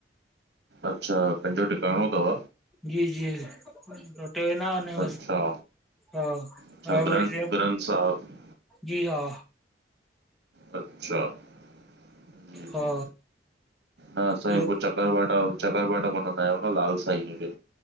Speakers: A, on the right; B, in the centre.
A: अच्छा, पहिंजो टिकाणो तव
B: जी जी, हुते हे न
A: अच्छा
B: हा, हा
A: अच्छा ग्रंथ
B: भाई चउ
A: ग्रंथ साहिब
B: जी हा
A: अचछा, हा जी
B: हा
A: जी, साईं
B: ॿियो
A: पुछप चकरबाटा, चकरबाटा मनंदा आहियूं न लाल साईंअ खें।